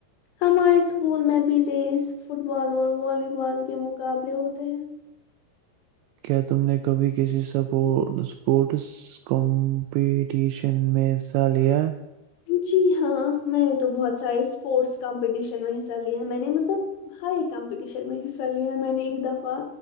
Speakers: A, on the left; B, on the right.
A: ہمارے اسکول میں بھی ریس فٹ بال اور والی بال کے مقابلے ہوتے ہیں
B: کیا تم نے کبھی کسی اسپورٹس کمپٹیشن میں حصہ لیا
A: جی ہاں میں نے تو بہت سارے اسپورٹس کمپٹیشن میں حصہ لیا ہیں میں نے مطلب ہر ایک کمپٹیشن میں حصہ لیا ہے میں نے ایک دفعہ